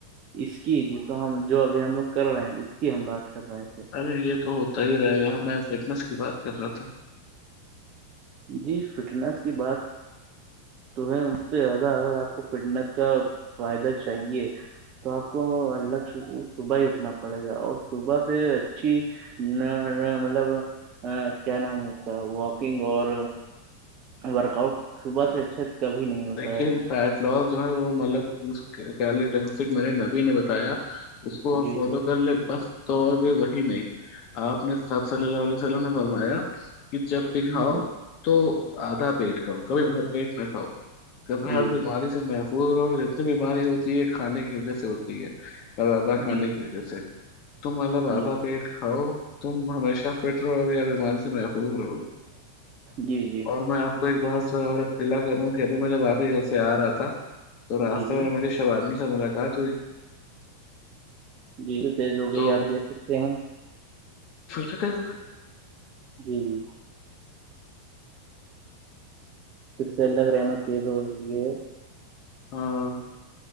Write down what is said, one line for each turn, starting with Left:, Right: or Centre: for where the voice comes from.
Right: اس کی جیس ہم جو ابھی ہم لوگ کر رہے ہیں اس کی ہم بات کر رہے تھے
Left: ارے یہ تو ہوتا ہی رہے گا میں فٹنس کی بات کر رہا تھا
Right: جی فٹنس کی بات تو اس سے زیادہ اگر آپ کو فٹنس کا فائدہ چاہیے تو آپ کو الگ سے صبح ہی اٹھنا پڑے گا اور صبح سے اچھی نہ مطلب کیا نام ہے اس کا واکنگ اور ورک آؤٹ صبح سے اچھا کبھی نہیں ہوتا
Left: دیکھیے
Right: ہے
Left: فیٹ لاس جو ہے وہ مطلب اس ڈٹ مے نبی نے بتایا اس کو
Right: جی
Left: فالو
Right: جی
Left: کر لیں بس تو اور کوئی وہی نہیں آپ نے سب صلی اللہ علیہ وسلم نے فرمایا کہ جب بھی
Right: جی
Left: کھاؤ تو آدھا پیٹ کھؤ کبھی باہر پیٹ نہ کاؤ
Right: جی
Left: جب ہر
Right: جی
Left: بیماری سے محفوظ رہو گ اتنی بیماری ہوتی ہے کھانے کی وجہ سے ہوتی ہے رادھا کھانے
Right: جی
Left: کی وجہ سے تو مطلب ردھا
Right: جی
Left: پیٹ کھاؤ تم ہمیشہ فٹ رہو گے یا بیماری سے محفوظ رہو گے
Right: جی جی
Left: اور میں آپ کو ایک بات اور کلا کروں کہ ابھی میں جب آپ ہی گھر سے آ رہا تھا تو
Right: جی
Left: راستے
Right: جی
Left: میں میری شوار سے ملاقات ہوئی
Right: جی تو تیز ہو
Left: تو
Right: گئی آپ دیکھ سکتے ہیں
Left: سچ ستے ہے س
Right: جی جی پھرسلہ کر م تیدے
Left: ہاں